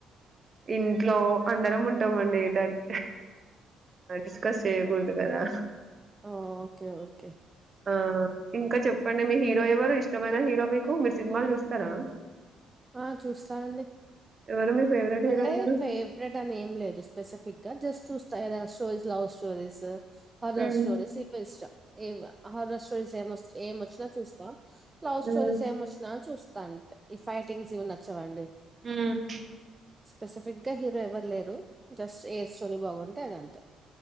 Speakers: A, on the right; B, on the right.
A: ఇంట్లో అందరం ఉంటామండి దట్ డిస్కస్ చేయ్యకూడదు కదా
B: ఆ ఓకే ఓకే
A: ఆ ఇంకా చెప్పండి మీ హీరో ఎవరు ఇష్టమైన హీరో మీకు మీరు సినిమాలు చూస్తారా
B: ఆ చూస్తానండి
A: ఎవరు మీ ఫేవరెట్ హీరో
B: అంటే
A: ఎవరు
B: ఫేవరెట్ అని ఏం లేదు స్పెసిఫిక్గా జస్ట్ చూస్త ఏదైనా stories love stories horror
A: um
B: stories ఇవే ఇష్టం ఎక్కువ హారర్ స్టోర స్టోరీస్ ఏమస్ ఏమొచ్చినా చూస్తా లవ్
A: ఉమ్
B: స్టోరీస్ ఏం వచ్చినా చూస్తాండి ఈ ఫైట్ టింగ్స్ ఇవి నచ్చవండి
A: ఉమ్
B: స్పెసిఫిక్ గా హీరో ఎవరు లేరు దస్ ఏస్సోరి టే అదంతే